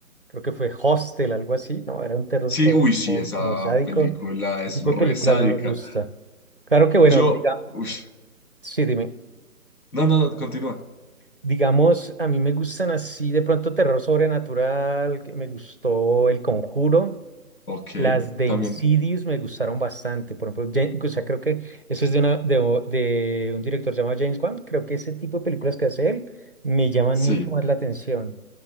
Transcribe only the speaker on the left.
Sí,
uy, sí,
esa
película
es
re
sádica.
Yo,
uy,
no, no, no, continúa.
Ok,
también.
Sí,